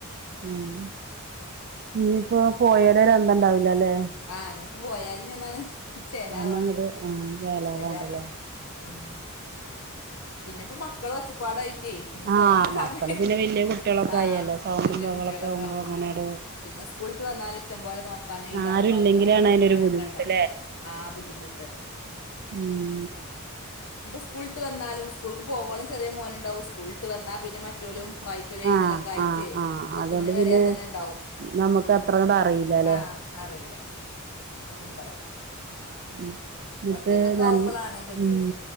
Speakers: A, on the right (about 45°); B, on the left (about 80°).
A: ഉം ഇഞ്ഞിപ്പോ പോയാലൊരന്തോണ്ടാവില്ലല്ലേ
B: ആഹ് ഇഞ്ഞിപ്പോ പോയാല് ഇനി എന്നാണ് ചേലാവാണ്ട്
A: അവിടുന്ന് അങ്ങോട്ട് ആഹ് ചെലവാണല്ലേ
B: റെഡി ആക്കണം ഉം പിന്നെപ്പ മക്കള ഒച്ചപ്പാടായിറ്റെ പിന്നെ
A: ആഹ്
B: തോനെ
A: മക്കള്
B: സമയം
A: പിന്നെ വലിയ കുട്ടികളൊക്കെ
B: ആഹ്
A: ആയല്ലോ സൗണ്ടും
B: വല്യ
A: ബഹളൊക്കെ
B: കുട്ടികളൊക്കെ ആകുമ്പോ
A: അങ്ങനെട്
B: ഇങ്ങനെ പിന്നെ സ്കൂൾട്ട് വന്നാലും ഇഷ്ടം പോലെ നോക് ക്കാനും എയ്താനും
A: ആരും
B: വായിക്കാനും
A: ഇല്ലെങ്കിലാണ്
B: പഠിക്കാനൊക്കെ
A: അതിനൊരു ബുദ്ധിമുട്ട്
B: ഉണ്ടാവും ആഹ് ബുദ്ധിമുട്ട്
A: ഉം
B: ഇപ്പോ സ്കൂൾട്ട് വന്നാലും സ്കൂൾക്ക് പോക്വോളം ചെറിയ മോനുണ്ടാവും സ്കൂളിട്ട് വന്നാ പിന്നെ മറ്റോലും വായിക്കല് എയ്തലക്കായിറ്റേ
A: ആഹ് ആഹ് ആഹ്
B: പത്തുമണി
A: അതുകൊണ്ട്
B: വരെ
A: പിന്നെ
B: അതന്നെ ഉണ്ടാവും
A: നമുക്ക് അത്ര അങ്ങട് അറിയില്ലല്ലെ
B: ആഹ് അറിയില്ല അങ്ങന ഉണ്ടാവും
A: ഉം എന്നിട്ട്
B: ഒറ്റക്കൊക്കെ
A: നൻ
B: ആവുമ്പോളാണ് ഗതികേട്
A: ഉം